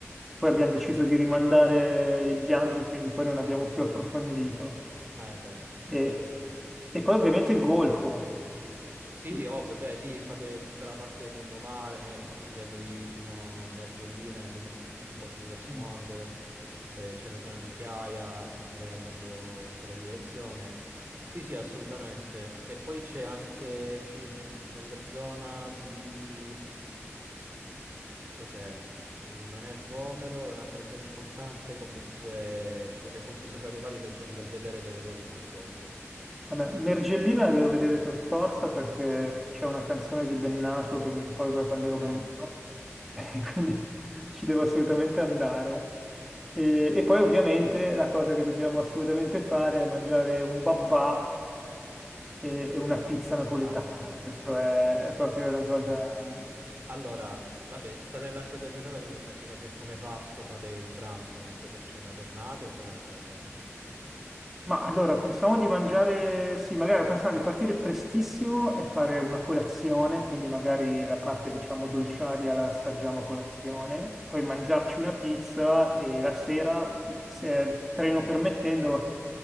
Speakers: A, in the centre; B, on the right.
A: Poi abbiamo deciso di rimandare il viaggio, quindi poi non abbiamo più approfondito.
B: Eh beh,
A: E,
B: ci sta.
A: e poi ovviamente il golfo.
B: Sì,
A: Io-
B: ovvio, beh, lì fate tutta la parte del lungomare, magari spingendovi fino a Mergellina e andando un, p- un po' più verso
A: Mm.
B: nord, eh, c'è la zona di Chiaia, sempre andando in quella direzione. Sì, sì, assolutamente. E poi c'è anche ci- mh, nella zona di... cos'è? Mm, Non è Vomero, è un'altra zona importante, comunque ci sono dei punti sopraelevati dove c'è un bel vedere dove vedete tutto il golfo.
A: Vabbè, Mergellina la devo vedere per forza perché
B: Sì, ci
A: c'è
B: sta.
A: una canzone di Bennato che mi ricorda quando ero bambino,
B: Eh,
A: <laughs> e quindi ci devo assolutamente andare. E, e poi ovviamente la cosa che dobbiamo assolutamente fare è mangiare un babà e, e una pizza
B: ci
A: napoletana.
B: sta alla grande.
A: Questo è, è proprio una cosa...
B: Sì. Allora, vabbè, state nell'arco di due giornate, quindi immagino che come pasto fate il pranzo comunque per cena tornate o fate anche la cena?
A: Ma allora pensavo di mangiare, sì, magari ho pensato di partire prestissimo e fare
B: Mhm,
A: una colazione, quindi magari la parte
B: mhm,
A: diciamo dolciaria la assaggiamo a colazione, poi mangiarci
B: sì.
A: una pizza e la sera, se treno permettendo,